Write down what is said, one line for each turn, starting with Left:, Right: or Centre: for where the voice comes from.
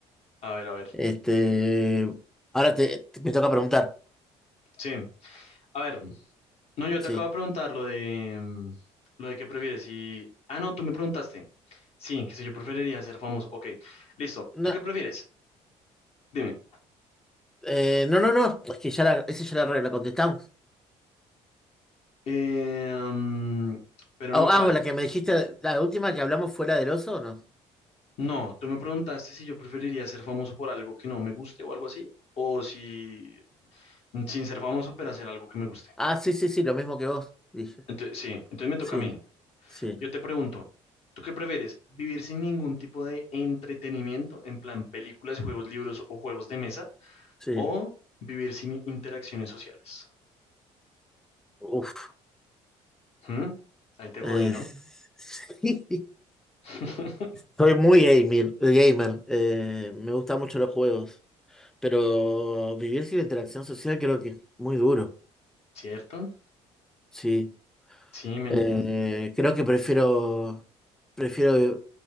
Left: A ver, a ver.
Centre: Este, ahora te, te- me toca preguntar.
Left: Sí, a ver. No, yo
Centre: Sí.
Left: te acabo de preguntar lo de mm, lo de qué prefieres y ah no, tú me preguntaste. Sí, que sé yo preferiría ser famoso. Ok, listo.
Centre: No,
Left: ¿Tú qué prefieres? Dime.
Centre: eh, no, no, no. Es que ya la, esa ya la, re- la contestamos.
Left: Eh, mm, pero
Centre: Ah,
Left: no cuál.
Centre: ah, la que me dijiste, la última que hablamos fue la del oso, ¿o no?
Left: No, tú me preguntaste si yo preferiría ser famoso por algo que no me guste o algo así, o si sin ser famoso, pero hacer algo que me guste.
Centre: Ah, sí, sí, sí, lo mismo que vos, dije.
Left: Entonces, sí, entonces me toca
Centre: Sí,
Left: a mí.
Centre: sí,
Left: Yo te pregunto, ¿tú qué prefieres? ¿Vivir sin ningún tipo de entretenimiento, en plan películas, juegos, libros o juegos de mesa,
Centre: sí.
Left: o vivir sin interacciones sociales?
Centre: Uf.
Left: ¿Mm? Ahí te
Centre: Eh,
Left: jodí, ¿no?
Centre: <laughs> sí.
Left: <laughs>
Centre: Soy muy gamer, gamer. eh, me gustan mucho los juegos. Pero vivir sin interacción social creo que es muy duro.
Left: ¿Cierto?
Centre: Sí.
Left: Sí, men.
Centre: Eh, creo que prefiero, prefiero